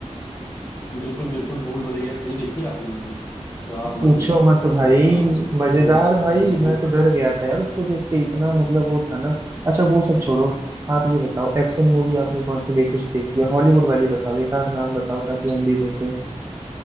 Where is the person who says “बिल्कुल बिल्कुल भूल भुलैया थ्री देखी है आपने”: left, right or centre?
Left